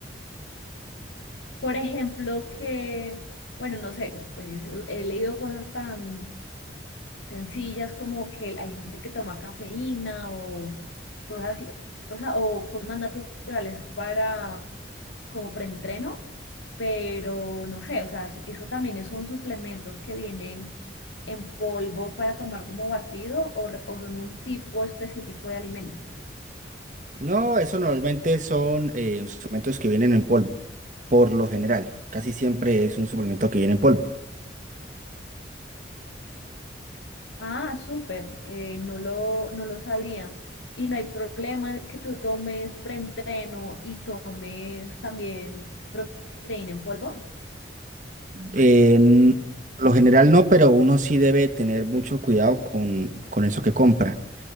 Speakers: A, on the left (about 85°); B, on the right (about 40°).
A: Por ejemplo, que, bueno, no sé, pues, he leído cosas tan sencillas como que hay gente que toma cafeína o cosas así, o sea, o cosas más naturales para como preentreno, pero no sé, o sea, eso también son suplementos que vienen en polvo para tomar como batido o, re- o en un tipo específico de alimento.
B: No, eso normalmente son eh, suplementos que vienen en polvo, por lo general. Casi siempre es un suplemento que viene en polvo.
A: Ah, súper, eh, no lo, no lo sabía. Y no hay problema que tú tomes preentreno y tomes también proteína en polvo.
B: Eh, n- lo general no, pero uno sí debe tener mucho cuidado con, con eso que compra.